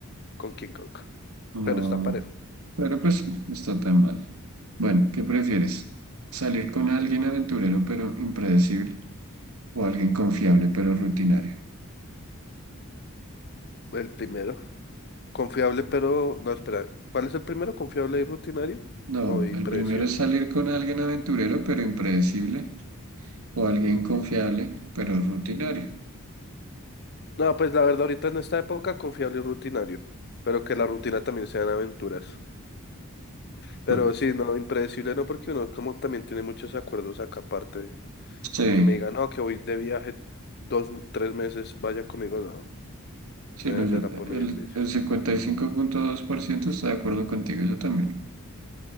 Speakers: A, on the left; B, on the right.
A: con King Kong.
B: No,
A: Pero está parejo.
B: pero pues no está tan mal. Bueno, ¿qué prefieres? ¿Salir con alguien aventurero pero impredecible o alguien confiable pero rutinario?
A: El primero. Confiable, pero. No, espera. ¿Cuál es el primero? ¿Confiable y rutinario?
B: No,
A: No, y
B: el
A: predecible.
B: primero es salir con alguien aventurero pero impredecible o alguien confiable pero rutinario.
A: No, pues la verdad, ahorita en esta época, confiable y rutinario. Pero que la rutina también sean aventuras.
B: <laughs>
A: Pero sí, no, impredecible no, porque uno como también tiene muchos acuerdos acá aparte.
B: Sí,
A: Que me digan, no, que voy de viaje dos, tres meses, vaya conmigo, no.
B: sí,
A: Me,
B: no, yo-
A: me la pone
B: el,
A: difícil.
B: el cincuenta y cinco punto dos por ciento está de acuerdo contigo, yo también.